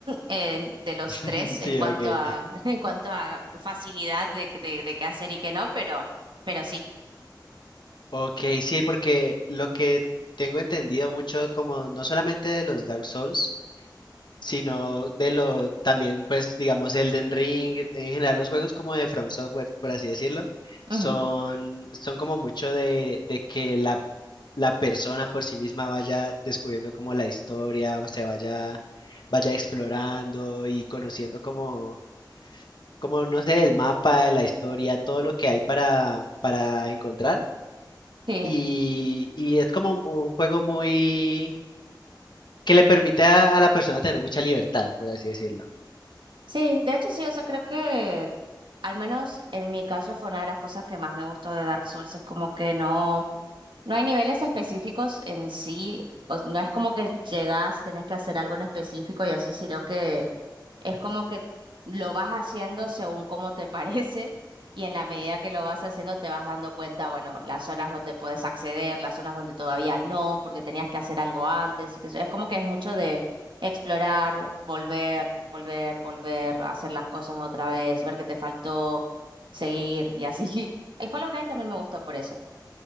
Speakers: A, on the right (about 85°); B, on the left (about 70°).
A: eh, de los
B: <laughs>
A: tres en
B: Sí,
A: cuanto
B: okay,
A: a, <laughs> en cuanto a facilidad de, de, de qué hacer y qué no, pero, pero sí.
B: okay, sí, porque lo que tengo entendido mucho, como no solamente de los Dark Souls, sino de lo también, pues digamos, Elden Ring, en general los juegos como de From Software, por así decirlo, son,
A: Ujú.
B: son como mucho de, de que la, la persona por sí misma vaya descubriendo como la historia, se vaya, vaya explorando y conociendo como, como, no sé, el mapa, la historia, todo lo que hay para, para encontrar.
A: Sí.
B: Y, y es como un juego muy... que le permite a a la persona tener mucha libertad, por así decirlo.
A: Sí, de hecho sí, o sea, creo que al menos en mi caso fue una de las cosas que más me gustó de Dark Souls, es como que no... No hay niveles específicos en sí, o- no es como que llegás, tenés que hacer algo en específico y así, sino que es como que lo vas haciendo según como te <laughs> parece y en la medida que lo vas haciendo te vas dando cuenta, bueno, las zonas donde puedes acceder, las zonas donde todavía no, porque tenías que hacer algo antes, y que es como que es mucho de explorar, volver, volver, volver, hacer las cosas otra vez, ver qué te faltó, seguir y así. <laughs> El Hollow Knight también me gustó por eso.